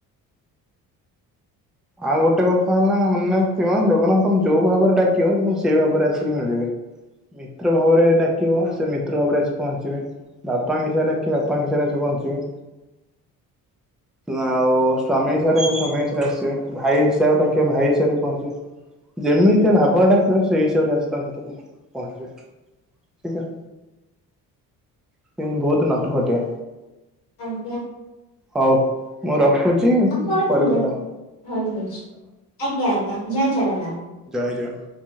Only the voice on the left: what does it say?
ଆଜ୍ଞା।
ଆ ହଉ
<unintelligible> ଆଜ୍ଞା ଆଜ୍ଞା ଜୟ ଜଗନ୍ନାଥ।